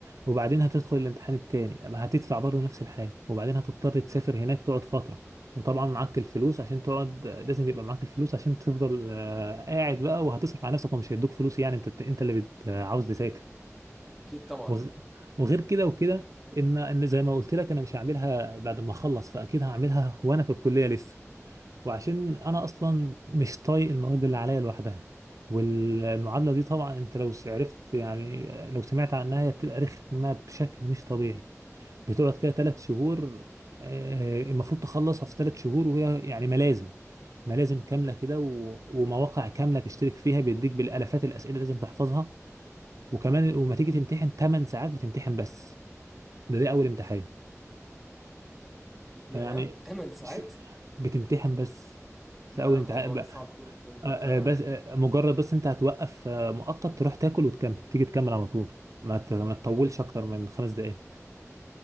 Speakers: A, on the right; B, in the centre.
A: وبعدين هتدخل الامتحان التاني أما هتدفع برضه نفس الحاجة وبعدين هتضطر تسافر هناك تقعد فترة وطبعا معاك الفلوس عشان تقعد لازم يبقى معاك الفلوس عشان تفضل آه، قاعد بقى وهتصرف على نفسك ومش هيدوك فلوس يعني انت انت اللي بت... آه، عاوز تذاكر
B: اكيد طبعا
A: وغ... وغير كده وكده ان ان زي ما قلت لك انا مش هعملها بعد ما اخلص فاكيد هعملها وانا في الكلية لسه وعشان انا اصلا مش طايق المواد اللي عليا لوحدها والمعادلة دي طبعا انت لو عرفت يعني لو سمعت عنها هي بتبقى رخمة بشكل مش طبيعي بتقعد كده ثلاث شهور آه، المفروض تخلصها في ثلاث شهور وهي يعني ملازم ملازم كاملة كده و... ومواقع كاملة تشترك فيها بيديك بالالافات الأسئلة اللي لازم تحفظها وكمان وما تيجي تمتحن 8 ساعات بتمتحن بس ده ده أول امتحان
B: ياه
A: فيعني
B: 8 ساعات
A: ش... بتمتحن بس في
B: ده
A: أول امتحان
B: موضوع
A: ب...
B: ده
A: آه،
B: صعب جدا ده
A: آه،
B: انت
A: بس آه، مجرد بس أنت هتوقف آه، مؤقت تروح تاكل وتكمل تيجي تكمل على طول ما ت... ما تطولش أكتر من خمس دقايق